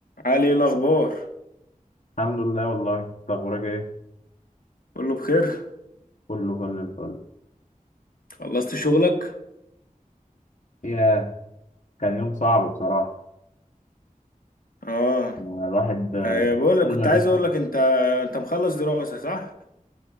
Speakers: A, on the left (about 80°); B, on the left (about 60°).
A: علي ايه الاخبار
B: الحمد لله والله انت اخبارك ايه
A: كله بخير
B: كله فل الفل
A: خلصت شغلك
B: ياه كان يوم صعب بصراحه
A: اه
B: ما الواحد آه،
A: آه، بقول
B: كل
A: لك كنت
B: ما بيطلع
A: عايز اقول لك انت انت مخلص دراسة صح